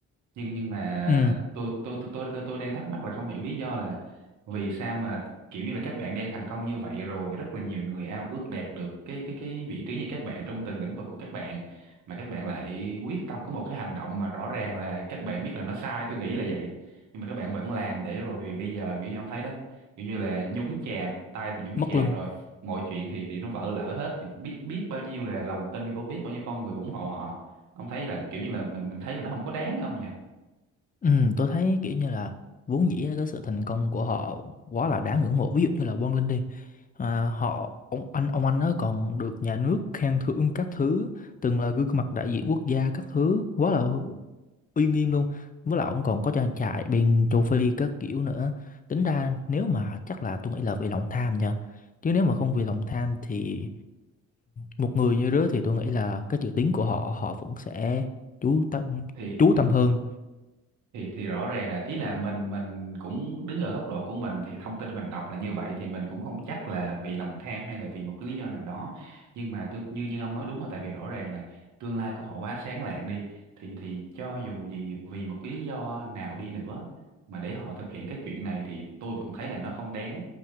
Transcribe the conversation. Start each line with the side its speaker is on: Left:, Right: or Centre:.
Right: nhưng nhưng mà
Left: ừ
Right: tôi tôi tôi tôi tôi tôi đang thắc mắc là không hiểu lý do là vì sao mà kiểu như là các bạn đang thành công như vậy rồi rất là nhiều người ao ước đạt được cái cái cái vị trí như các bạn trong từng lĩnh vực của các bạn mà các bạn lại quyết tâm có một cái hành động mà rõ ràng là các bạn biết là nó sai tôi nghĩ là vậy nhưng mà các bạn vẫn làm để rồi bây giờ kiểu như ông thấy đó kiểu như là nhúng chàm tay thì nhúng
Left: mất
Right: chàm
Left: luôn
Right: rồi mọi chuyện thì thì nó vỡ lở hết thì biết biết bao nhiêu là lòng tin của biết bao nhiêu con người ủng hộ họ ông thấy là kiểu như là mình mình thấy là nó không có đáng không nhỉ
Left: Ừ, tôi thấy kiểu như là vốn dĩ á, cái sự thành công của họ quá là đáng ngưỡng mộ ví dụ như là Quang Linh đi à, họ ông anh ông anh nó còn được nhà nước khen thưởng các thứ từng là gương mặt đại diện quốc gia các thứ quá là
Right: Ừ,
Left: uy nghiêm luôn với lại ông còn có trang trại bên châu Phi các kiểu nữa tính ra nếu mà chắc là tôi nghĩ là vì lòng tham nha chứ nếu mà không
Right: ừ.
Left: vì lòng tham thì một người như đó thì tôi nghĩ là cái chữ tiếng của họ họ vẫn sẽ chú tâm
Right: thì
Left: chú
Right: thì
Left: tâm hơn
Right: thì thì rõ ràng là ý là mình mình cũng đứng ở góc độ của mình thì thông tin mình đọc là như vậy thì mình cũng không chắc là vì lòng tham hay là vì một cái lý do nào đó nhưng mà tôi như như ông nói đúng là tại vì rõ ràng là tương lai của họ quá sáng lạng đi thì thì cho dù gì vì một cái lý do nào đi nữa mà để họ thực hiện cái chuyện này thì tôi vẫn thấy là nó không đáng